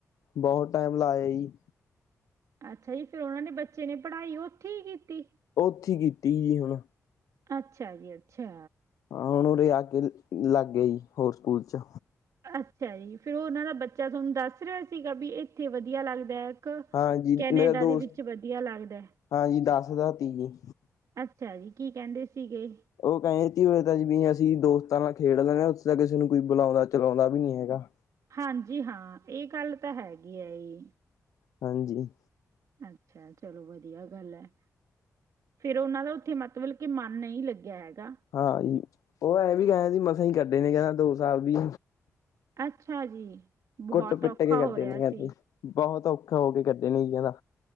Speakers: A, on the left; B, on the right.
A: ਬਹੁਤ ਟਾਈਮ ਲਾ ਆਏ ਜੀ।
B: ਅੱਛਾ ਜੀ! ਫਿਰ ਉਹਨਾਂ ਦੇ ਬੱਚੇ ਨੇ ਪੜ੍ਹਾਈ ਉੱਥੇ ਈ ਕੀਤੀ।
A: ਉੱਥੇ ਈ ਕੀਤੀ ਜੀ ਐ ਹੁਣ।
B: ਅੱਛਾ ਜੀ! ਅੱਛਾ!
A: ਹਾਂ! ਹੁਣ ਉਰੇ ਆ ਕੇ ਲੱਗ ਗਏ ਜੀ ਹੋਰ ਸਕੂਲ 'ਚ।
B: ਅੱਛਾ ਜੀ! ਫੇਰ ਉਹ ਉਹਨਾਂ ਦਾ ਬੱਚਾ ਤੁਹਾਨੂੰ ਦੱਸ ਰਿਹਾ ਸੀਗਾ, ਬੀ ਏਥੇ ਵਧੀਆ ਲੱਗਦਾ। ਕ
A: ਹਾਂਜੀ
B: ਕੈਨੇਡਾ
A: ਮੇਰਾ ਦੋਸਤ
B: ਦੇ ਵਿੱਚ ਵਧੀਆ ਲੱਗਦਾ ਹੈ।
A: ਹਾਂਜੀ ਦੱਸਦਾ ਤੀ ਜੀ
B: ਅੱਛਾ ਜੀ! ਕੀ ਕਹਿੰਦੇ ਸੀਗੇ।
A: ਉਹ ਕਹਿੰਦੇ ਤੀ ਉਰੇ ਤਾਂ ਜਿਵੇਂ ਅਸੀਂ ਦੋਸਤਾਂ ਨਾਲ ਖੇਡ ਲੈਂਨੇ ਹਾਂ, ਉੱਥੇ ਤਾਂ ਕਿਸੇ ਨੂੰ ਕੋਈ ਬੁਲਾਉਂਦਾ ਚਲਾਉਂਦਾ ਵੀ ਨੀ ਹੈਗਾ।
B: ਹਾਂਜੀ! ਹਾਂ! ਇਹ ਗੱਲ ਤਾਂ ਹੈਗੀ ਹੈ ਜੀ।
A: ਹਾਂਜੀ!
B: ਅੱਛਾ! ਚਲੋ ਵਧੀਆ ਗੱਲ ਹੈ। ਫੇਰ ਉਹਨਾਂ ਦਾ ਉੱਥੇ ਮਤਲਬ ਕੇ, ਮਨ ਨਹੀਂ ਲੱਗਿਆ ਹੈਗਾ।
A: ਹਾਂਜੀ! ਉਹ ਐਂ ਵੀ ਕਹਿੰਦੇ ਸੀ ਮਸੇ ਹੀ ਕੱਢੇ ਨੇ, ਕਹਿੰਦਾ ਦੋ ਸਾਲ ਵੀ।
B: ਅੱਛਾ ਜੀ! ਬਹੁਤ
A: ਕੁੱਟ- ਪਿੱਟ
B: ਔਖਾ
A: ਕੇ ਕੱਢੇ
B: ਹੋ ਰਿਹਾ
A: ਨੇ ਕਹਿੰਦੇ,
B: ਸੀ
A: ਬਹੁਤ ਔਖੇ ਹੋ ਕੇ ਕੱਢੇ ਨੇ ਜੀ ਕਹਿੰਦਾ।